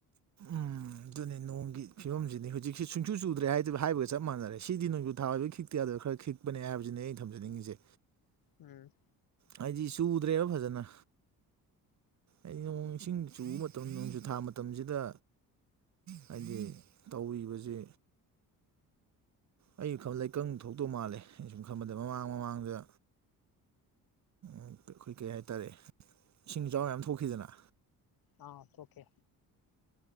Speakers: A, on the right; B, on the left.
A: ꯎꯝ ꯑꯗꯨꯅꯦ ꯅꯣꯡꯒꯤ ꯐꯤꯕꯝꯁꯤꯗꯤ ꯍꯧꯖꯤꯛꯁꯤ ꯁꯨꯡꯁꯨ ꯆꯨꯗ꯭ꯔꯦ ꯍꯥꯏ ꯍꯥꯏꯕꯒ ꯆꯞ ꯃꯥꯟꯅꯔꯦ ꯁꯤꯗꯤ ꯅꯣꯡꯖꯨ ꯅꯣꯡꯖꯨ ꯊꯥ ꯑꯣꯏꯕꯒꯤ ꯈꯤꯛꯇ ꯌꯥꯗꯕꯩ ꯈꯤꯛꯄꯅꯦ ꯍꯥꯏꯕꯁꯤꯅꯦ ꯑꯩ ꯊꯝꯖꯅꯤꯡꯉꯤꯁꯦ
B: ꯎꯝ
A: ꯍꯥꯏꯗꯤ ꯆꯨꯗ꯭ꯔꯦꯕ ꯐꯖꯅ ꯑꯩ ꯅꯣꯡ ꯏꯁꯤꯡ ꯆꯨꯕ ꯃꯇꯝ ꯅꯣꯡꯖꯨ ꯊꯥ ꯃꯇꯝꯁꯤꯗ ꯍꯥꯏꯗꯤ ꯇꯧꯔꯤꯕꯁꯤ ꯑꯩ ꯈꯟꯕꯗ ꯂꯩꯀꯪ ꯊꯣꯛꯇꯧ ꯃꯥꯜꯂꯦ ꯑꯩ ꯁꯨꯝ ꯈꯟꯕꯗ ꯃꯃꯥꯡ ꯃꯃꯥꯡꯗ ꯑꯩꯈꯣꯏ ꯀꯩ ꯍꯥꯏꯇꯥꯔꯦ ꯏꯁꯤꯡ ꯏꯆꯥꯎ ꯃꯌꯥꯝ ꯊꯣꯛꯈꯤꯗꯅ
B: ꯑꯥ ꯊꯣꯛꯈꯤ